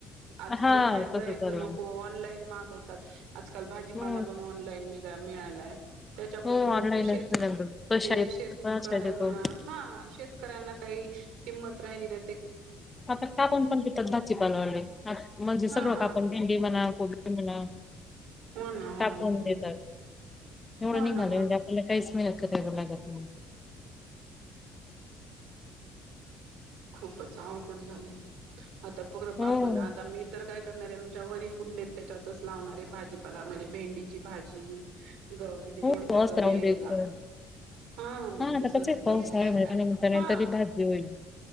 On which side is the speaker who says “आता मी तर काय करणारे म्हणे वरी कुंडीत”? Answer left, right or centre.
Right